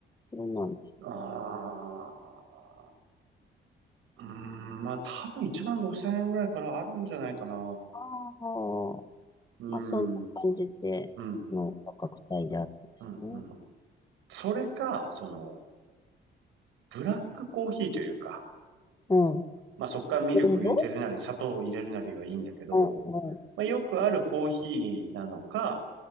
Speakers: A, on the left; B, on the right.
A: そうなんです。
B: ああ。うん。まあ多分1万5千円ぐらいからあるんじゃないかな。
A: ああ、
B: うん。
A: まあそんな感じでの価格帯であるんですね。
B: うん。うん。うん。それか、その、ブラックコーヒーというか、
A: うん。
B: まあそっからミルク入れるなり、
A: ブレンド
B: 砂糖を入れるなりはいいんだけど、
A: うんうん。
B: まあよくあるコーヒーなのか、